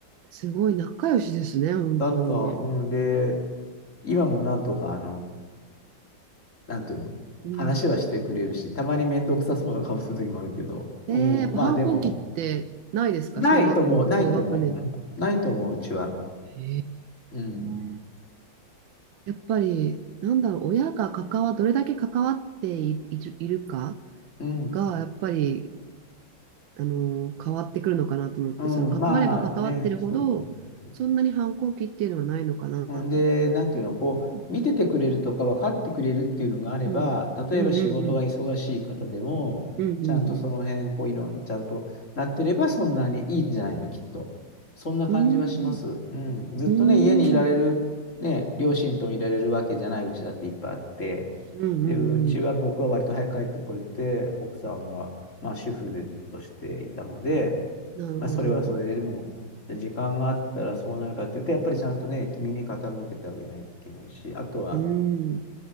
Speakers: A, on the right; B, on the left.
A: すごい仲良しですね、本当に。
B: だった、うん、で、今もなんとか、あの、なんていうの、
A: うん。
B: 話はしてくれるし、たまにめんどくさそうな顔する時もあるけど、
A: えー、
B: うん、
A: やっぱ反抗期ってないですか小学校高学年。
B: まあでも、ないとも、ないとも、うん、ないとも、うちは。
A: え、え
B: うん、
A: ーねやっぱり、なんだろう、親が関わ、どれだけ関わってい、いるいるか
B: うん、
A: が、やっぱり、あのー変わってくるのかなと思って、
B: うん、
A: その関われば関わってるほど、
B: まあね、そうそうそうそう。
A: そんなに反抗期っていうのはないのかなと。
B: うんで、なんていうの、こう、
A: うん。
B: 見ててくれるとか分かってくれるっていうのがあれば、
A: うんうんうん。
B: 例えば仕事が忙しい方でも、
A: うんう
B: ちゃんとその辺、
A: ん
B: こう、いろん、ちゃんとなってれば、そんなにいいんじゃないの、きっと。そんな感じはします。
A: うん。
B: うん。ずっとね、
A: うーん。
B: 家にいられる、
A: うーん。
B: ね、両親ともいられるわけじゃないうちだっていっぱいあって、
A: うんうんうん。
B: で、うちは僕は割と早く帰ってこれて、奥さんは、まあ、主婦でとしていたので、
A: なるほど。
B: まあ、それはそれで、でも、で、時間があったらそうなるかっていうと、やっぱりちゃんとね、耳傾けてあげないといけないし、あとは、
A: うん。